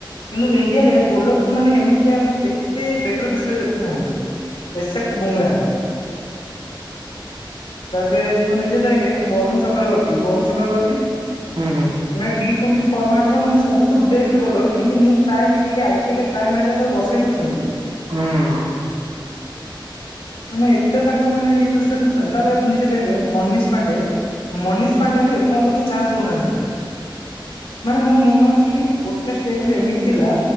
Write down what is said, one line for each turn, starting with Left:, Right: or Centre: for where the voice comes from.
Left: କିନ୍ତୁ ଇଣ୍ଡିଆରେ
Right: ହୁଁ।
Left: ବୋଲର। ମାନେ ଏମିତିଆ ମାନେ ଏତେ ବେଟର ଦୃଷ୍ଟିରେ ଦେଖୁନାହାନ୍ତି। ଏସେପ୍ଟ ବୁମରା। ତାପରେ ତୁ ନିଜତ କେ ବରନ ଚକ୍ରବ ତି ବାରୁନ ଚକ୍ରବର୍ଡି
Right: ହୁଁ ହୁଁ।
Left: ମାନେ ଟି ଟ୍ୱେଣ୍ଟି ଫର୍ମାଟ ର ମାନେ ସବୁଠୁ ବେଷ୍ଟ ବୋଲର କିନ୍ତୁ ମୁଁ ପ୍ରାୟ ଦେଖିଲି ଆଇ ପିଏଲ। ପ୍ରାୟ ମ୍ୟାଚରେ ତାକୁ ବସେଇ ଦଉଛନ୍ତି।
Right: ହୁଁ
Left: ମାନେ ଏତେ ତାଙ୍କୁ ମାନେ ଇଏ ଦୃଷ୍ଟିରେ ଦେଖୁଛନ୍ତି ତାପରେ ନିଜେ ଦେଖ ମନିଷ ପାଣ୍ଡେ। ମନୀଷ ପାଣ୍ଡ୍ୟାକୁ ଏପର୍ଯ୍ୟନ୍ତ ବି ଚାନ୍ସ ଦେଉନାହାନ୍ତି। ମାନେ ମୋର ମନ ଅଛି ଗୋଟେ ଷ୍ଟେଜ ରେ ଏମିତି ଥିଲା